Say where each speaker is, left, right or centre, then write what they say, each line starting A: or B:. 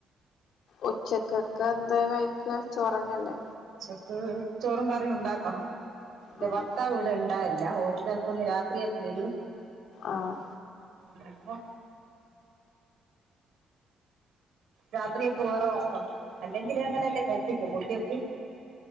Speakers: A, on the left; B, on the right.
A: ഉച്ചക്കൊക്കെ എന്താ കഴിക്കാൻ ചോറന്നല്ലേ
B: ഉച്ചക്ക് ചോറും കറിം ഉണ്ടാക്കണം എന്റെ
A: ഉം
B: ഭർത്താവ് ഇവിടെ ണ്ടാവല്ല ഓര് ചെലപ്പ്ന്ന് രാത്രിയെ എത് വരും
A: ആഹ്
B: ഇന്ന് പ്പോ രാത്രിയക്കെ വേറെ നോക്കണം അല്ലെങ്കിൽ അങ്ങനെല്ലെ <unintelligible> പെൺകുട്ട്യാക്ക്